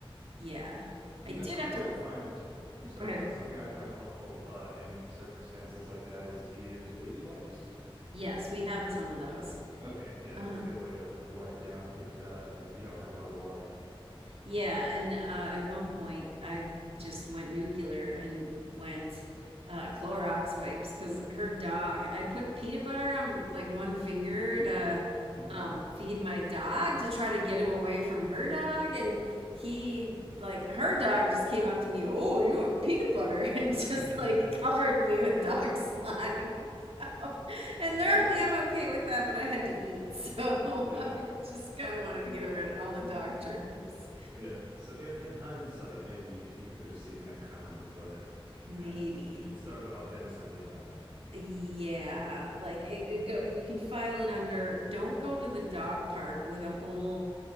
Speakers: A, on the right; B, on the right.
A: yeah,
B: You
A: I did
B: know, something
A: have to
B: I find, I'm sorry,
A: go ahead.
B: uh, something I find helpful uh, in circumstances like that is to use baby wipes.
A: Yes, we had some of those.
B: Okay, yeah,
A: Uh-huh.
B: that's a good way to to wipe down if uh, if you don't have a lot of water.
A: Yeah, and uh, at one point I just went nuclear and went uh, Clorox wipes because her dog. I put peanut butter on like one finger to
B: <laughs>
A: um, feed my dog to try to get
B: Yeah.
A: him away from her dog, and he like her dog just came up to me. Oh, you have peanut butter, <laughs> and just
B: <laughs>
A: like covered me with dog slime. <laughs> So, and normally
B: Yeah,
A: Yeah. I'm okay with that, but I had to eat, so <laughs>
B: yeah,
A: I just kind of wanted to get rid of all the dog germs.
B: yeah. So in in hindsight, maybe you, you could have seen that coming, but
A: Maybe.
B: yeah, it started off innocently enough.
A: Yeah, like it, it go you can file it under don't go to the dog park with a whole